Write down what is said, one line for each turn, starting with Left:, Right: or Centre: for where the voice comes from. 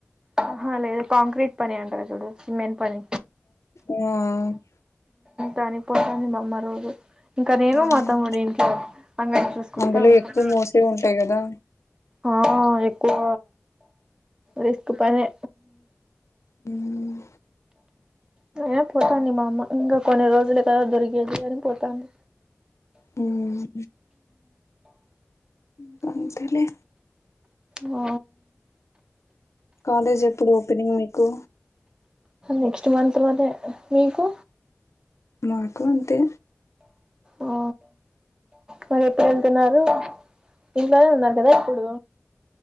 Right: ఆహా లేదు కాంక్రీట్ పని అంటారా చూడు సిమెంట్ పని
Left: ఆ
Right: దానికిపోతుంది మా అమ్మ రోజు ఇంకా నేను
Left: ఆ
Right: మ తమ్ముడు ఇంట్లో అందర్నీ చూసుకుంటాఉంటాం
Left: అందులో ఎక్కువ మోసే ఉంటాయి కదా
Right: ఆ ఎక్కువ రిస్క్ పనే
Left: హ్మ్
Right: ఏ పోతాంది మఅమ్మ ఇంకా కొన్ని రోజులు కదా దొరికెది అని పోతంది
Left: హమ్మ్ ఇంకంతేలే
Right: ఓ
Left: కాలేజ్ ఎప్పుడు ఓపెనింగ్ మీకు
Right: నెక్స్ట్ మంత్లోనే మీకు
Left: మాకు అంతే
Right: ఆ మరి ఎప్పుడు వెళ్తున్నారు ఇంట్లోనే ఉన్నారు కదా ఇప్పుడు